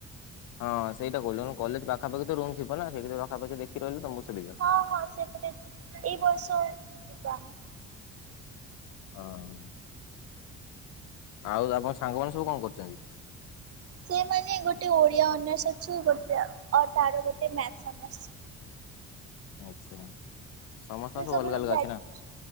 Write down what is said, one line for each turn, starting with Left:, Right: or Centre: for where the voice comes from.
Left: ହଁ ସେଇଟା କହୁଥିଲି କଲେଜ୍ ପାଖାପଖରେତ ରୁମ୍ ଥିବନା ସେଇଠି ପାଖାପଖି ଦେଖିକି ରହିଲେ ତମକୁ ସୁବିଧା।
Right: କମ୍ ଆସେ ଗୋଟେ ଏଇ ବର୍ଷ ଯିବା ଆମେ।
Left: ହଁ। ଆଉ ଆପଣଙ୍କ ସାଙ୍ଗମାନେ ସବୁ କଣ କରୁଚନ୍ତି?
Right: ସେମାନେ ଗୋଟେ ଓଡ଼ିଆ ଅନର୍ସ ଅଛି ଗୋଟେ ତାର ଗୋଟେ ମ୍ୟାଥ୍ ଅନର୍ସ
Left: ଆଚ୍ଛା ସମସ୍ତଙ୍କର
Right: ସେ
Left: ସବୁ ଅଲଗା ଅଲଗା
Right: ଗ୍ରାଜୁ
Left: ଅଛିନା?